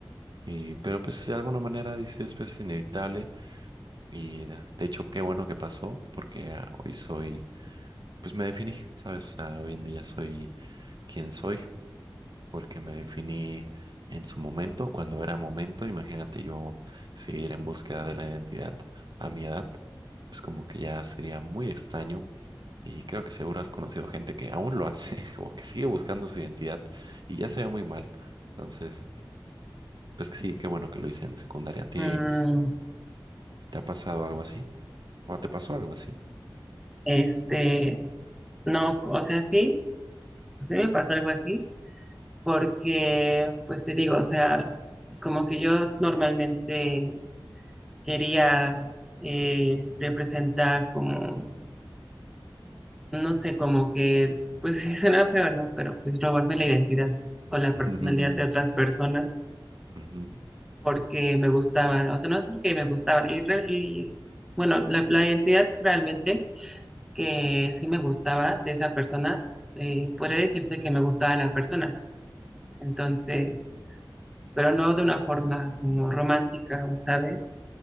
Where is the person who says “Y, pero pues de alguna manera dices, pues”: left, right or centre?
Right